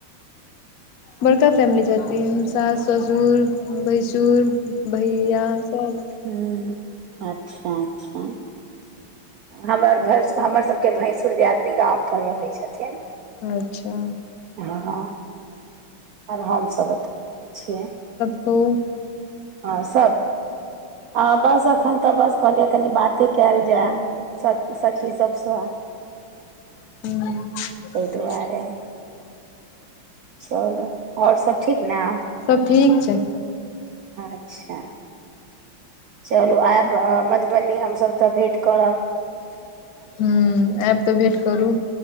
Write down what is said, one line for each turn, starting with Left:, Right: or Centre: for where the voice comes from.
Left: बड़का फैमिली छथिन सास ससुर भैसुर भैया सब
Right: हू अच्छा अच्छा हमर हमर सबके भैसूर दियादनी गाम पर रहै छथिन
Left: अच्छा
Right: हँ आर हमसभ अतऽ रहे छियै
Left: ओ
Right: हँ सब आ बस एखन तऽ बस कहलियै कनि बाते कयल जाय सब सखी सबसँ
Left: हू
Right: ताहि दुआरे चलू आओर सब ठीक नऽ
Left: सब ठीक छै
Right: अच्छा चलू आयब मधुबनी हमसभ तऽ भेँट करब
Left: हू आयब तऽ भेट करू